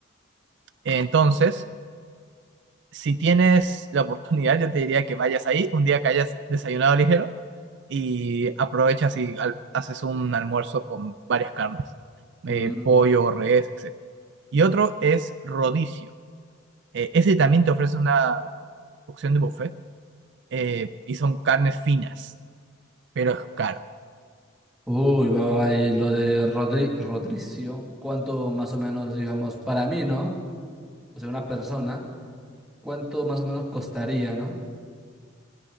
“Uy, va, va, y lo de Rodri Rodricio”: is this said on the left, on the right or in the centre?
Centre